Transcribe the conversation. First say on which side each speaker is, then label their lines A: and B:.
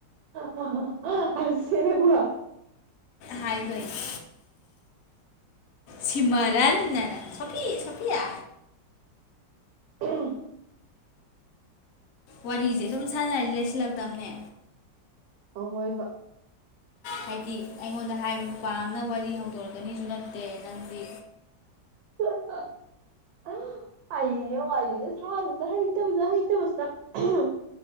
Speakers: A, on the right; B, on the left.
A: ꯑꯍꯥ ꯑꯍꯥ ꯑꯁꯦꯡꯕ
B: ꯍꯥꯏꯗꯣꯏꯅꯤ ꯁꯤꯃꯔꯟꯅ ꯁꯣꯐꯤ ꯁꯣꯐꯤꯌꯥ
A: <inaudible>
B: ꯋꯥꯔꯤꯁꯦ ꯁꯨꯝ ꯁꯥꯟꯅꯔꯗꯤ ꯂꯩꯁꯤꯜꯂꯛꯇꯕꯅꯦ
A: ꯑꯍꯣꯏꯕ
B: ꯍꯥꯏꯗꯤ ꯑꯩꯉꯣꯟꯗ ꯍꯥꯏꯕ ꯅꯨꯄꯥ ꯑꯃꯅ ꯋꯥꯔꯤ ꯍꯧꯗꯣꯔꯛꯀꯅꯤꯁꯨ ꯅꯠꯇꯦ ꯅꯪꯗꯤ
A: ꯍꯥ ꯍꯥ ꯍꯥ ꯑꯩꯩꯅ ꯋꯔꯤꯁꯦ ꯁꯥꯕꯁꯦ ꯍꯩꯇꯕꯁꯤꯗ ꯍꯩꯇꯕꯁꯤꯅ ꯍꯥ